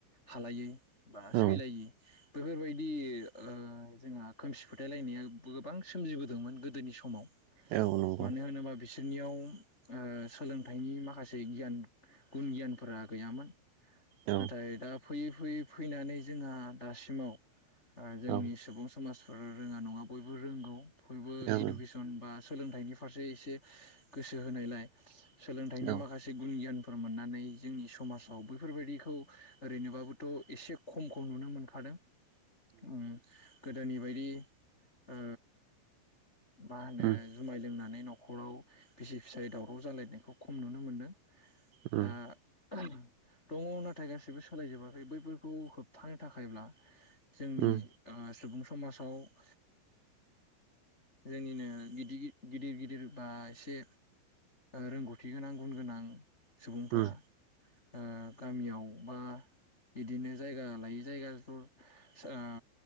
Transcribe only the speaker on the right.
औ
औ नंगौ
औ
औ
औ
औ
उम
उम
उम
उम